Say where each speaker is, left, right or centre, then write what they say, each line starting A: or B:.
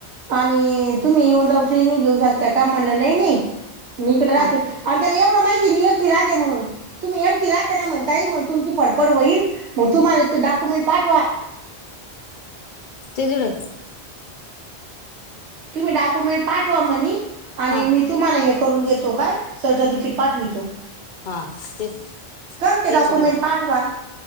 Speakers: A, on the right; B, on the left.
A: आणि तुम्ही येऊन-जाऊन ट्रेनिंग घेऊ शकता, का म्हणलं नाही नाही. मी इकडे राहते,
B: हा
A: आणि त्याला एवढं माहिती हे मी एकटी राहते म्हणून. तुम्ही एकटी राहता ना ताई, तिला त्यांना म्हणता ये मग तुमची फडफड होईन, मग तुम्हाला ते डॉक्युमेंट पाठवा.
B: त जडे <unintelligible>
A: तुम्ही डॉक्युमेंट पाठवा म्हणे, आणि
B: हा
A: मी तुम्हाला हे करून देतो काय, सर्टिफिकेट पाठवितो.
B: हा तेच-तेच
A: कस ते
B: तेच
A: डॉक्युमेंट पाठवा.